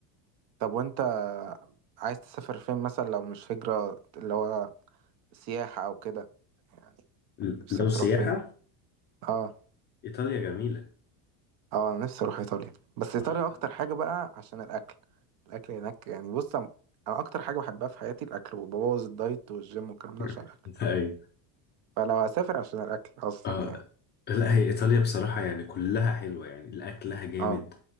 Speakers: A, on the right; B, on the left.
A: طب وانت عايز تسافر فين مثلا لو مش هجرة اللي هو سياحة أو كده يعني
B: ل-
A: نفسك
B: لو
A: تروح
B: سياحة
A: فين؟ اه
B: إيطاليا جميلة
A: اه أنا نفسي أروح إيطاليا بس إيطاليا
B: اه إيطاليا
A: أكتر حاجة بقى عشان الأكل الأكل هناك يعني بص أنا أنا أكتر حاجة بحبها في حياتي الأكل وببوظ الدايت والجيم والكلام ده
B: <laughs>
A: عشان الأكل
B: أيوة.
A: فلو هسافر عشان الأكل أصلا
B: آه
A: يعني
B: لا هي إيطاليا بصراحة يعني كلها حلوة يعني الأكلها جامد
A: اه